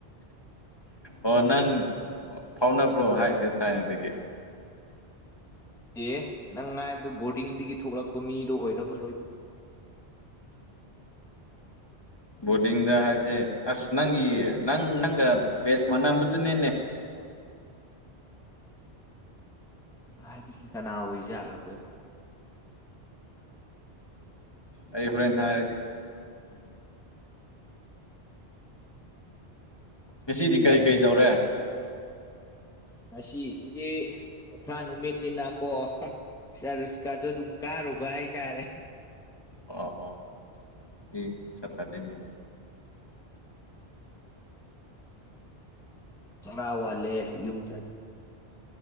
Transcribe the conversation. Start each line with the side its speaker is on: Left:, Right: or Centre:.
Left: ꯑꯣ ꯅꯪ ꯐꯥꯎꯅꯕ꯭ꯔꯣ ꯍꯥꯏꯁꯦ ꯊꯥꯏꯅꯗꯒꯤ
Centre: ꯑꯦ ꯅꯪ ꯉꯥꯏꯕꯗꯨꯣ ꯕꯣꯔꯗꯤꯡꯗꯒꯤ ꯊꯣꯛꯂꯛꯄ ꯃꯤꯗꯣ ꯑꯣꯏꯔꯝꯃꯔꯣꯏ
Left: ꯕꯣꯔꯗꯤꯡꯗ ꯍꯥꯏꯁꯦ ꯑꯁ ꯅꯪꯒꯤ ꯅꯪ ꯅꯪꯒ ꯕꯦꯁ ꯃꯥꯟꯝꯕꯗꯨꯅꯦꯅꯦ
Centre: ꯍꯥꯏꯕꯁꯦ ꯀꯅꯥ ꯑꯣꯏꯖꯥꯠꯂꯀꯣ
Left: ꯑꯩ ꯍꯣꯔꯦꯟ ꯍꯥꯏꯔꯒ‌ꯦ
Centre: ꯑꯩꯈꯣꯏꯒꯤ
Left: ꯉꯁꯤꯗꯤ ꯀꯔꯤ
Centre: ꯂꯝ
Left: ꯀꯔꯤ ꯇꯧꯔꯦ
Centre: ꯉꯁꯤ ꯁꯤꯗꯤ ꯄꯣꯊꯥ ꯅꯨꯃꯤꯠꯅꯤꯅ ꯀꯣ ꯆꯔꯨꯁꯀꯥꯗꯣ ꯑꯗꯨꯝ ꯀꯥꯔꯨꯕ ꯍꯥꯏꯇꯥꯔꯦ
Left: ꯑꯣ ꯑꯣ ꯉꯁꯤ ꯁꯇ꯭ꯔꯗꯦꯅꯦ
Centre: ꯆꯔꯥ ꯋꯥꯜꯂꯦ ꯌꯨꯝꯗ